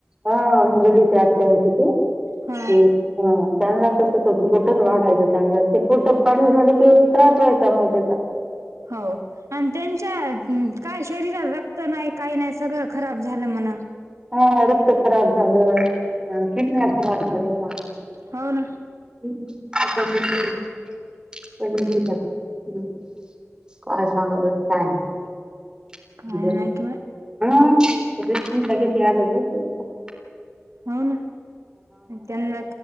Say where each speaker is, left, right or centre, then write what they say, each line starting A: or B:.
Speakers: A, on the right (about 15°); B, on the right (about 85°).
A: हा हिंगोलीचे आत्या होती ते
B: हा
A: ह त्यानल तसंच होतं पोटच वाढायचं चांद ते पोटात पाणी झालं कि त्रास व्हायचं समवश्या चा
B: हो आणि त्यांच्या काय? शरीराात.. नाही काही नाही सगळं खराब झालं म्हणा
A: हा रक्त खराब झालं किडन्या खराब झाल्या.
B: हो ना
A: ह्
B: हम्म
A: ह् काय सांगून काय हस
B: काय नाही कि म
A: लागीगे.
B: हो ना त्यांना